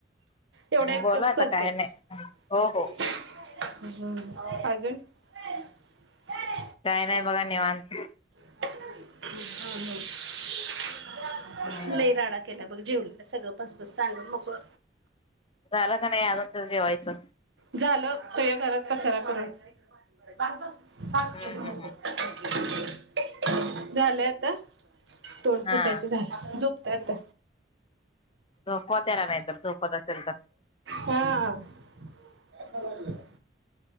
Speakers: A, on the right; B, on the left.
A: एवढ्या एकच
B: बोला आता
A: करते.
B: काय नाही
A: <inaudible>
B: हो हो
A: <unintelligible>
B: काय नाय बघा निवांत.
A: <unintelligible>
B: हम्म
A: लयी राडा केला. बघ जेवलेल सगळं पसपस सांडून मोकळ.
B: झाल का नाई आजून त जेवायचं?
A: झालं सगळ्या घरात पसरा करून. <unintelligible>
B: हम्म हम्म हम्म
A: झालंय आता. तोंड
B: हा
A: पुुसायचं झालं. झोप. तत
B: झोपवा त्याला नाही तर झोपत असेल तर.
A: हां <unintelligible>